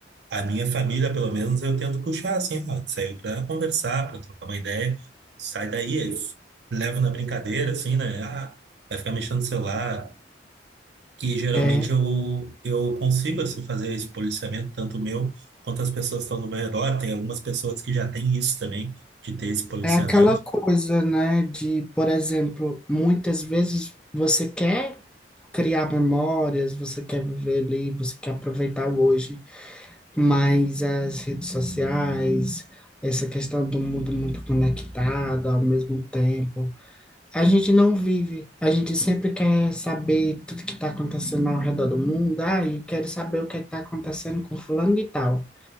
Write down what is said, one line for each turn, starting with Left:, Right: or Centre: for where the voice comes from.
Right: A minha família, pelo menos, eu tento puxar assim, ó, saiu para conversar, para trocar uma ideia, sai daí, eu levo na brincadeira, assim, né? Ah, vai ficar mexendo no celular. E geralmente
Centre: É,
Right: eu, eu consigo, assim, fazer esse policiamento, tanto meu quanto as pessoas que estão no meu redor. Tem algumas pessoas que já têm isso também, de ter esse policiamento.
Centre: é aquela coisa, né, de, por exemplo, muitas vezes você quer criar memórias, você quer viver ali, você quer aproveitar o hoje. Mas as redes sociais, essa questão do mundo muito conectado ao mesmo tempo, a gente não vive. A gente sempre quer saber tudo que está acontecendo ao redor do mundo. Ah, e quero saber o que está acontecendo com fulano e tal.